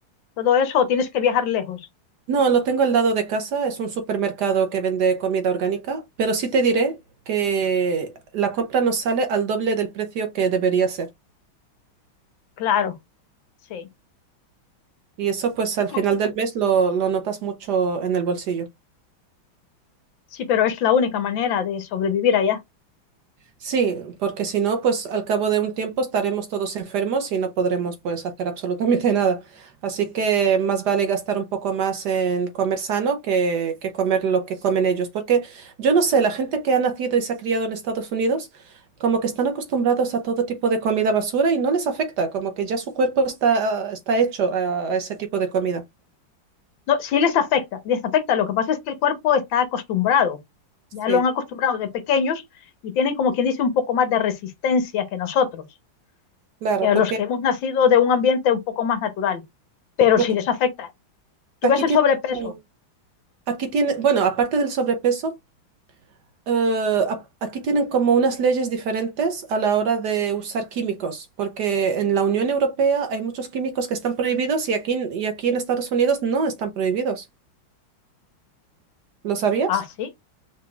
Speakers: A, on the left; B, on the right.
A: todo eso, o tienes que viajar lejos?
B: No, lo tengo al lado de casa, es un supermercado que vende comida orgánica, pero sí te diré que la compra nos sale al doble del precio que debería ser.
A: Claro, sí.
B: Y eso pues al
A: Y co-
B: final del mes lo, lo notas mucho en el bolsillo.
A: Sí, pero es la única manera de sobrevivir allá.
B: Sí, porque si no, pues al cabo de un tiempo estaremos todos enfermos y no podremos pues hacer absolutamente <laughs> nada. Así que más vale gastar un poco más en comer sano que, que comer lo que comen ellos. Porque yo no sé, la gente que ha nacido y se ha criado en Estados Unidos, como que están acostumbrados a todo tipo de comida basura y no les afecta, como que ya su cuerpo está, está hecho a, a ese tipo de comida.
A: No, sí les afecta, les afecta. Lo que pasa es que el cuerpo está acostumbrado,
B: Sí,
A: ya lo han acostumbrado de pequeños y tienen como quien dice un poco más de resistencia que nosotros,
B: claro,
A: eh,
B: porque,
A: los que hemos nacido de un ambiente un poco más natural. Pero
B: porque
A: sí les afecta. ¿Tú
B: aquí
A: ves
B: tiene,
A: el sobrepeso?
B: como- aquí tiene, bueno, aparte del sobrepeso. Eh, a- aquí tienen como unas leyes diferentes a la hora de usar químicos, porque en la Unión Europea hay muchos químicos que están prohibidos y aquí, y aquí en Estados Unidos no están prohibidos. ¿Lo sabías?
A: Ah, sí.